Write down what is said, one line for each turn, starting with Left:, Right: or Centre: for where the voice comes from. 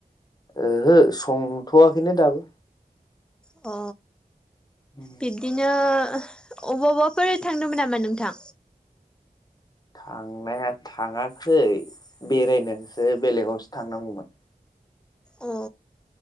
Left: ओहो संथोयाखैनो दाबो।
Centre: अ।
Left: <inaudible>
Centre: बिब्दिनो अबा अबाफोर थांदोंमोन नामा नोंथां।
Left: थांनाया थाङाखै बेरायनोसो बेलेग आव सो थांनांगौमोन।
Centre: औ।